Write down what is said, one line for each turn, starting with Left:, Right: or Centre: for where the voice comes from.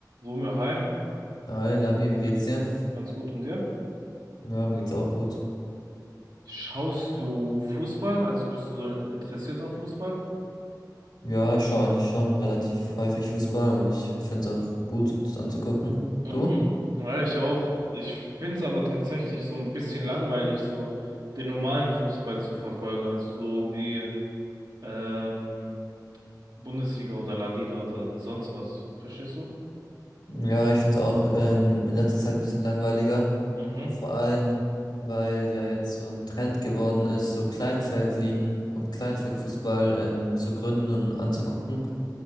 Right: Romeo, hi,
Left: Hi Labi, wie geht's dir?
Right: ganz gut und dir?
Left: Ja, mir geht's auch gut.
Right: Schaust du Fußball? Also bist du so interessiert an Fußball?
Left: Ja, ich schaue eigentlich schon relativ häufig Fußball und ich find's auch gut, das anzugucken.
Right: Mhm.
Left: Du?
Right: Ja, ich auch. Ich finde es aber tatsächlich so ein bisschen langweilig, so den normalen Fußball zu verfolgen. Also so wie ähm, Bundesliga oder La Liga oder sonst was. Verstehst du?
Left: Ja, ich find's auch ähm, in letzter Zeit ein bisschen langweiliger.
Right: Mhm.
Left: Vor allem, weil ja jetzt so ein Trend geworden ist, so Kleinfeldligen und Kleinfeldfußball ähm, zu gründen und anzugucken.